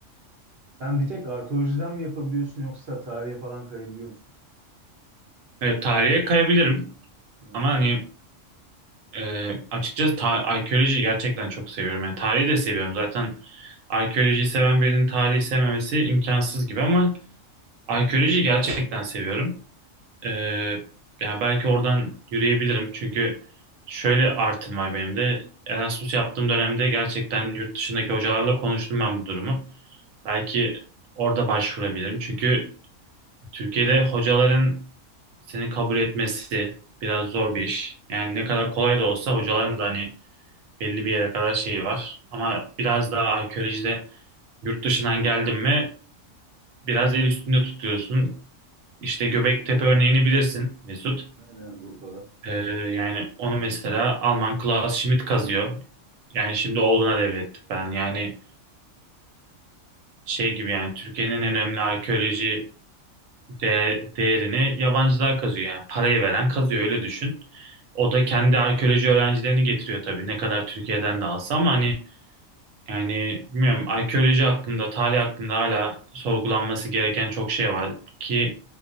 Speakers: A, on the right; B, on the right.
A: sen bir tek arkeolojiden mi yapabiliyorsun yoksa tarihe falan kayabiliyor musun?
B: Evet, tarihe kayabilirim
A: Hı.
B: ama hani e, açıkçası ta- arkeoloji gerçekten çok seviyorum. Yani tarihi de seviyorum. Zaten arkeolojiyi seven birinin tarihi sevmemesi imkansız gibi ama arkeolojiyi gerçekten seviyorum. E, yani belki oradan yürüyebilirim çünkü şöyle artım var benim de. Erasmus yaptığım dönemde gerçekten yurt dışındaki hocalarla konuştum ben bu durumu. Belki orada başvurabilirim. Çünkü Türkiye'de hocaların seni kabul etmesi biraz zor bir iş. Yani ne kadar kolay da olsa hocaların da hani belli bir yere kadar şeyi var. Ama biraz daha arkeolojide yurt dışından geldin mi biraz el üstünde tutuyorsun. İşte
A: Hı.
B: Göbektepe örneğini bilirsin Mesut.
A: Aynen Urfa'da.
B: Ee, yani onu mesela Alman Klaus Schmidt kazıyor. Yani şimdi oğluna devretti falan. Yani şey gibi yani Türkiye'nin en önemli arkeoloji değer, değerini yabancılar kazıyor yani parayı veren kazıyor öyle düşün. O da kendi arkeoloji öğrencilerini getiriyor tabii ne kadar Türkiye'den de alsa ama hani yani bilmiyorum arkeoloji hakkında tarih hakkında hala sorgulanması gereken çok şey var ki